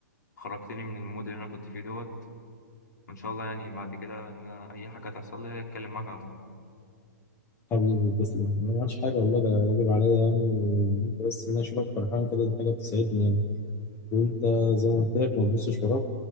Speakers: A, on the left; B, on the left.
A: خرجتني من المود اللي انا كنت فيه دوت وان شاء الله يعني بعد كده ان انا اي حاجه تحصل لي هتكلم معاك على طول
B: حبيبي تسلم أنا ما عملتش حاجه والله ده واجب عليا يعني وإن انت بس إن انا اشوفك فرحان كده دي حاجه بتسعدني يعني وانت زي ما قلت لك ما تبصش وراك